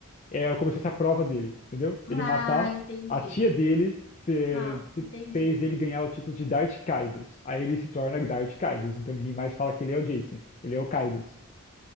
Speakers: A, on the left; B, on the left.
A: É como se fosse a prova dele, entendeu? Ele
B: Ah,
A: matar
B: entendi.
A: a tia dele fe-
B: Não,
A: se-
B: entendi.
A: fez ele ganhar o título de Dart Kaidos. Aí ele se torna Dart Kaidos, então ninguém mais fala que ele é o Jason, ele é o Kaidos.